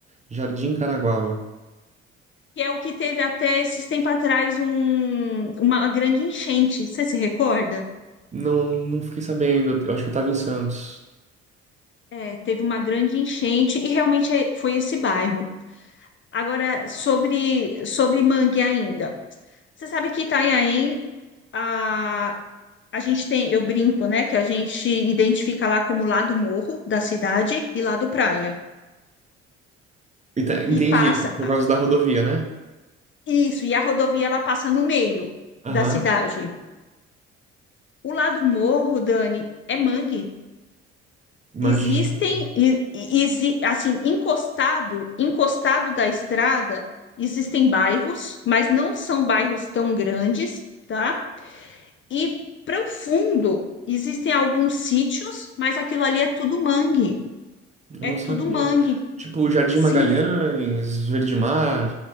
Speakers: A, on the right (about 25°); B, on the left (about 40°).
A: Jardim Caraguava.
B: que é o que teve até esses tempos atrás um- uma grande enchente. Você se recorda?
A: Não, não fiquei sabendo. Eu acho que eu tava em Santos.
B: É, teve uma grande enchente e realmente é- foi esse bairro. Agora, sobre, sobre mangue ainda. Você sabe que Itanhaém, a, a gente tem, eu brinco, né, que a gente identifica lá como lado morro da cidade e lado praia.
A: Ent-
B: E
A: Entendi,
B: passa,
A: por
B: ah,
A: causa da rodovia, né?
B: isso, e a rodovia ela passa no meio
A: Aham.
B: da cidade. O lado morro, Dani, é mangue.
A: Imagina,
B: Existem, e- e- exi- assim, encostado, encostado da estrada, existem bairros, mas não são bairros tão grandes, tá? E para o fundo, existem alguns sítios, mas aquilo ali é tudo mangue.
A: eu
B: É
A: não
B: tudo
A: sabia.
B: mangue,
A: Tipo, Jardim
B: sim,
A: Magalhães, Verde Mar,